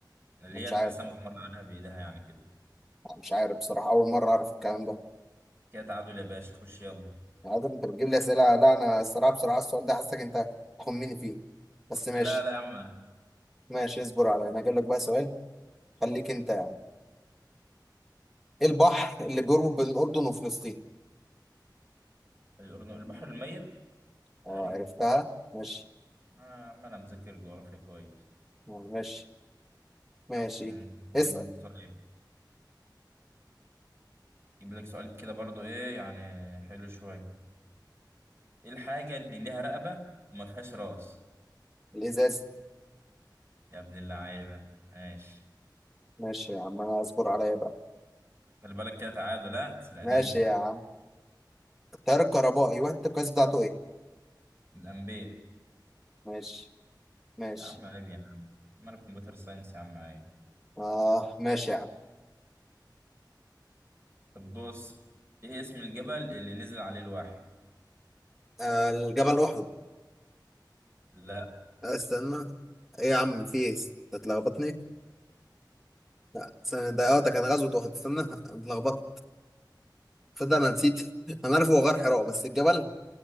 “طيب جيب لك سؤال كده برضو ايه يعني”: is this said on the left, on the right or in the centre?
Right